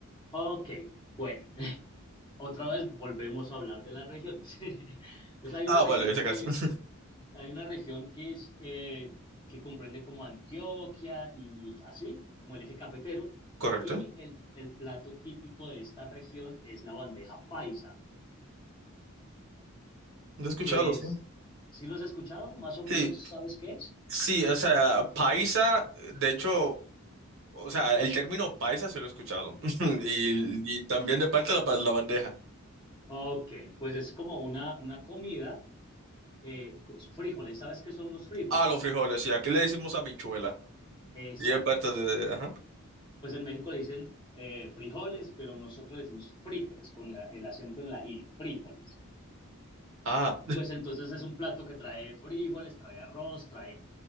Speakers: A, on the left; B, on the right.
A: Ok, bueno, <laughs> otra vez volvemos a hablar de las regiones. <laughs> Entonces hay
B: Ah,
A: una región
B: vale, ese caso.
A: que
B: <laughs>
A: es hay una región que es eh, que comprende como Antioquia y así, como el eje cafetero,
B: Correcto.
A: y el, el plato típico de esta región es la bandeja paisa,
B: Lo he escuchado,
A: que
B: sí.
A: es, si los has escuchado, más o menos
B: Sí,
A: sabes qué es.
B: sí, o sea, paisa, de hecho, o sea, el término paisa se lo he escuchado. <laughs> Y, y también de parte de la, pa- la bandeja.
A: Ok, pues es como una, una comida, eh, con frijoles, ¿sabes qué son los frijoles?
B: Ah, los frijoles, sí, aquí le decimos habichuela.
A: Exacto.
B: Y es parte de, ajá.
A: Pues en México le dicen eh, frijoles, pero nosotros decimos frijoles con la- el acento en la I, frijoles.
B: Ah,
A: Pues entonces es un plato que trae frijoles, trae arroz, trae